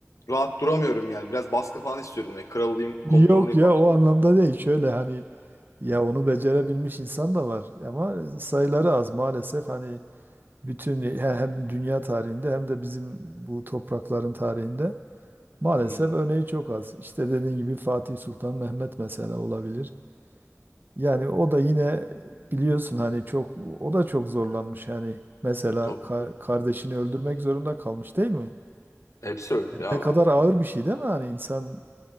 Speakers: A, on the left; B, on the right.
A: rahat duramıyorum yani. Biraz baskı falan istiyorum. Yani kral olayım,
B: Yok
A: komutan olayım
B: ya
A: falan.
B: o
A: diyorum.
B: anlamda değil. Şöyle hani ya onu becerebilmiş insan da var ama sayıları az maalesef. Hani bütün he- hem dünya tarihinde hem de bizim bu toprakların tarihinde maalesef
A: Hı hı.
B: örneği çok az. İşte dediğin gibi Fatih Sultan Mehmet mesela olabilir. Yani o da yine biliyorsun hani çok o da çok zorlanmış yani. Mesela
A: Tabii.
B: ka- kardeşini öldürmek zorunda kalmış değil mi?
A: Hepsi öyle
B: Yani
A: ya.
B: Ne
A: abi.
B: kadar ağır bir şey değil mi? Hani insan